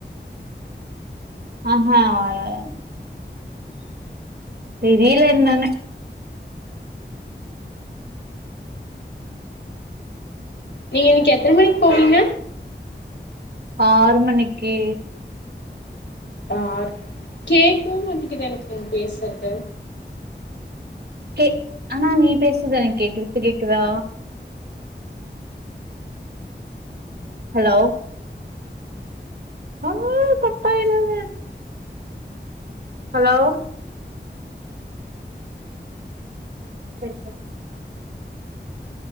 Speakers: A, on the right; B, on the left.
A: ஆஹா வரா
B: ம்
A: தெரியில என்னன்னு
B: நீங்க இன்னைக்கு எத்தன மணிக்கு போவீங்க
A: ஆறு மணிக்கு
B: ஆ கேக்கவே மாட்டேங்குது எனக்கு நீங்க பேசற்து
A: கே ஆனா நீ பேசது எனக்கு கேக்குது இப்ப கேக்குதா ஹலோ ஆ கட்டாயிடுமே ஹலோ சரிப்ப